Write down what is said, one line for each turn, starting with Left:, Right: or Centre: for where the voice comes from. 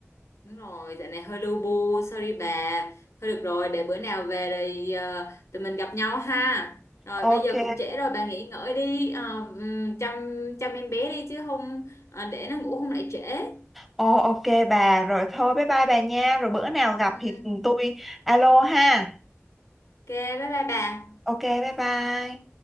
Left: Đúng rồi, dạo này hơi lu bu, sorry bà. Thôi được rồi, để bữa nào về thì ờ, tụi mình gặp nhau ha. Rồi
Centre: ok
Left: bây giờ cũng trễ rồi, bà nghỉ ngơi đi, ờ, ừm, chăm chăm em bé đi chứ không ờ, để nó ngủ không lại trễ.
Centre: Ồ, ok bà rồi thôi bye bye bà nha rồi bữa nào gặp
Left: Ừ,
Centre: thì tôi alo ha
Left: ok, bye bye bà.
Centre: ok bye bye